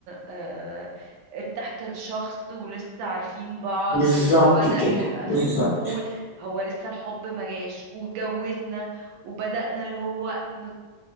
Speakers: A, on the right (about 85°); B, on the left (about 55°).
A: آه، ارتحت لشخص ولسه عارفين بعض
B: بالظبط
A: وبدأ
B: كده
A: يبقى
B: بالظبط
A: في قبول هو لسه الحب ما جاش واتجوزنا وبدأنا اللي هو نت-